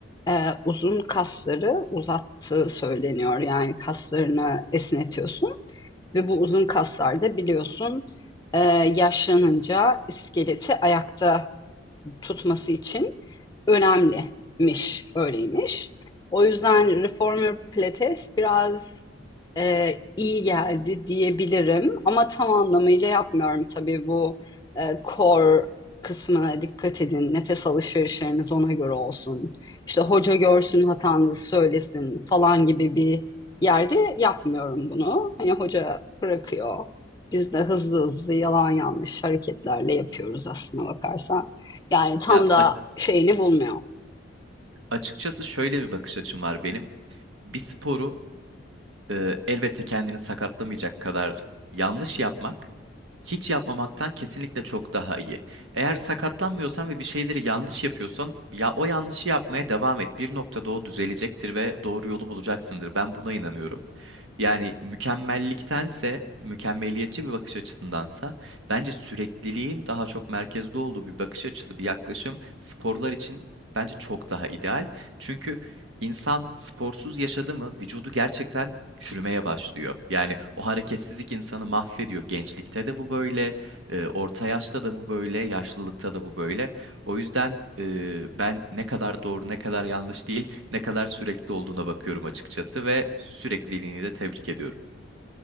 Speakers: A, on the left (about 20°); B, on the right (about 75°).
A: e, uzun kasları uzattığı söyleniyor. Yani kaslarını esnetiyorsun. Ve bu uzun kaslar da biliyorsun e, yaşlanınca iskeleti ayakta tutması için önemlimiş, öyleymiş. O yüzden Reformer Pilates biraz e, iyi geldi diyebilirim ama tam anlamıyla yapmıyorum tabii bu e, core kısmına dikkat edin. Nefes alışverişleriniz ona göre olsun. İşte hoca görsün hatanızı söylesin falan gibi bir yerde yapmıyorum bunu. Hani hoca bırakıyor. Biz de hızlı hızlı yalan yanlış hareketlerle yapıyoruz aslına bakarsan. Yani tam
B: Ya
A: da şeyini bulmuyor.
B: Açıkçası şöyle bir bakış açım var benim. Bir sporu e, elbette kendini sakatlamayacak kadar yanlış yapmak hiç yapmamaktan kesinlikle çok daha iyi. Eğer sakatlanmıyorsan ve bir şeyleri yanlış yapıyorsan ya o yanlışı yapmaya devam et. Bir noktada o düzelecektir ve doğru yolu bulacaksındır. Ben buna inanıyorum. Yani mükemmelliktense, mükemmeliyetçi bir bakış açısındansa bence sürekliliğin daha çok merkezde olduğu bir bakış açısı, bir yaklaşım sporlar için bence çok daha ideal. Çünkü insan sporsuz yaşadı mı vücudu gerçekten çürümeye başlıyor. Yani o hareketsizlik insanı mahvediyor. Gençlikte de bu böyle, e, orta yaşta da bu böyle, yaşlılıkta da bu böyle. O yüzden e, ben ne kadar doğru, ne kadar yanlış değil, ne kadar sürekli olduğuna bakıyorum açıkçası ve sürekliliğini de tebrik ediyorum.